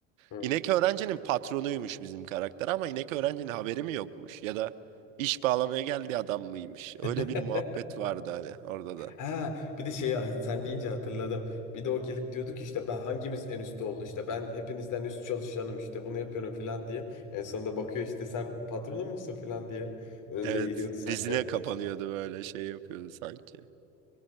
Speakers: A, on the left; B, on the right.
A: Hı.
B: İnek öğrencinin patronuymuş bizim karakter ama inek öğrencinin haberi mi yokmuş ya da iş bağlamaya geldiği adam mıymış? Öyle
A: <laughs>
B: bir muhabbet vardı hani orada da.
A: Ha, bir de şeyi sen deyince hatırladım. Bir de o gelip diyordu ki işte ben hangimiz en üstte oldu işte ben hepinizden üst çalışanım işte bunu yapıyorum falan diye. En sonunda bakıyor işte sen patronun musun falan diye. Önünde
B: Evet
A: eğiliyordu sanki
B: dizine
A: el pençede.
B: kapanıyordu böyle şey yapıyordu sanki.